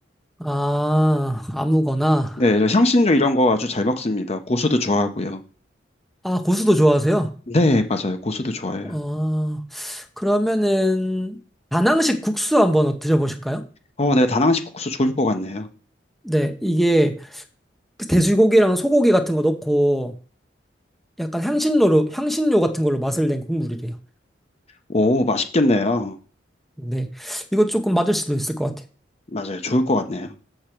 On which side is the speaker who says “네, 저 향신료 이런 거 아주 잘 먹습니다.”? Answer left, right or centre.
Left